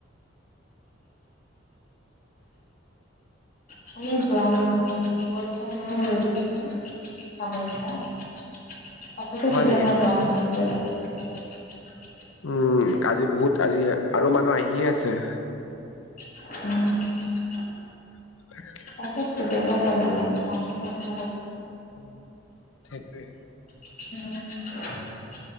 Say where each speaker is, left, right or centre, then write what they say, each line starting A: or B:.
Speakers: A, on the left; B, on the left.
A: আমি যোৱা ন যোৱা ৰ হা। আকৌ কেতিয়াবা গুৱাহাটীলে
B: হয় নেকি?
A: যাব লাগিব। <inaudible>
B: উম আজি বহুত আজি আৰু মানুহ আহিয়ে আছে।
A: উম,
B: হয়।
A: পাছততো বেয়া ব নাই মানে পানী
B: উম, সেইটোৱে।
A: উম,